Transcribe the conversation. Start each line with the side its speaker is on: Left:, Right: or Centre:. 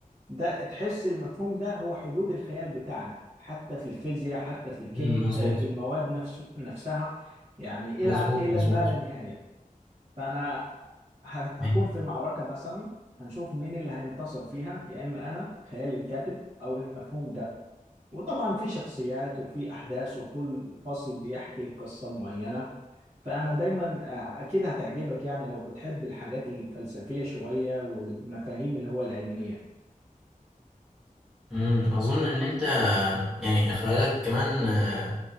Right: ده تحس المفهوم ده هو حدود الخيال بتاعنا حتى في الفيزياء حتى في الكيمياء
Centre: مم. مظبوط
Right: في المواد نفسه نفسها يعني
Centre: مظبوط
Right: الى الى
Centre: مظبوط
Right: الما لا نهايه فانا ه- هكون
Centre: مم.
Right: في معركة مثلا هنشوف مين اللي هينتصر فيها يا إما أنا خيالي الكاتب أو المفهوم ده وطبعا في شخصيات وفي أحداث وكل فصل بيحكي قصة معينة فأنا دايما آه، أكيد هتعجبك يعني لو بتحب الحاجات الفلسفية شوية والمفاهيم اللي هو العلمية
Centre: مم. أظن إن أنت يعني خيالك كمان آه،